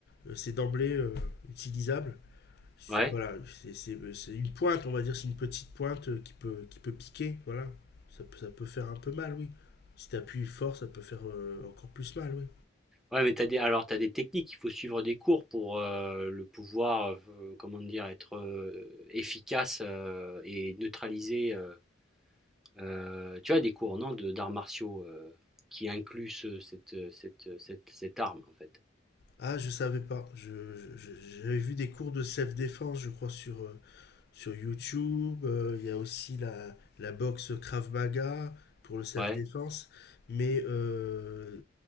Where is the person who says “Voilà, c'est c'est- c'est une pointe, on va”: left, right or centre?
Left